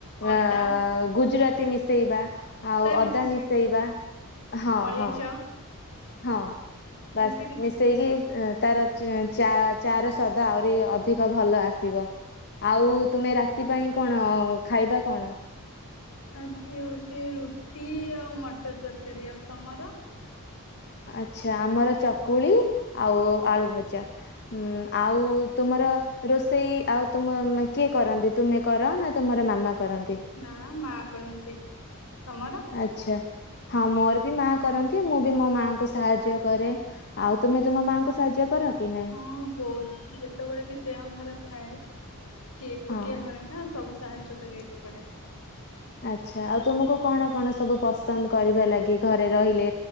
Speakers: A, on the left; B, on the left.
A: ଅଦା
B: ଆଉ ଗୁଜୁରାତି ମିଶେଇବା ଆଉ
A: ବି
B: ଅଦା
A: ଛେଚିକି
B: ମିଶେଇବା ହଁ
A: ଅଳେଇଚ
B: ହଁ। ହଁ
A: ଏମିତି
B: ବାସ୍
A: କିଛି
B: ମିଶେଇକି
A: ଜିନିଷ।
B: ଅଁ ତାର ଚା ଚା ର ସ୍ୱାଦ ଆଉରି ଅଧିକ ଭଲ ଆସିବ। ଆଉ ତୁମେ ରାତି ପାଇଁ କଣ ଖାଇବା କଣ?
A: ଆଜି ହୋଉଚି ରୁଟି ଆଉ ମଟର ତରକାରୀ। ଆଉ ତମର?
B: ଆଛା ଆମର ଚକୁଳି ଆଉ ଆଳୁ ଭଜା। ଉଁ ଆଉ ତୁମର ରୋଷେଇ ଆଉ ତୁମ କିଏ କରନ୍ତି? ତୁମେ କର ନା ତୁମର ମାମା କରନ୍ତି?
A: ନା ମା କରନ୍ତି। ତମର?
B: ଆଛା ହଁ ମୋର ବି ମା କରନ୍ତି ମୁଁ ବି ମୋ ମାଆଙ୍କୁ ସାହାଯ୍ୟ କରେ ଆଉ ତୁମେ ତୁମ ମାଙ୍କୁ ସାହାଯ୍ୟ କର କି ନାଇଁ?
A: ହଁ ବଉ ଯେତେବେଳେ ବି ଦେହ ଖରାପ ଥାଏ କେ ଏକୁଟିଆ
B: ହଁ।
A: ଘରେ ନା ସବୁ ସାହାଯ୍ୟ କରିବାକୁ ପଡେ।
B: ଆଛା ଆଉ ତୁମକୁ କଣ କଣ ସବୁ ପସନ୍ଦ କରିବା ଲାଗି ଘରେ ରହିଲେ?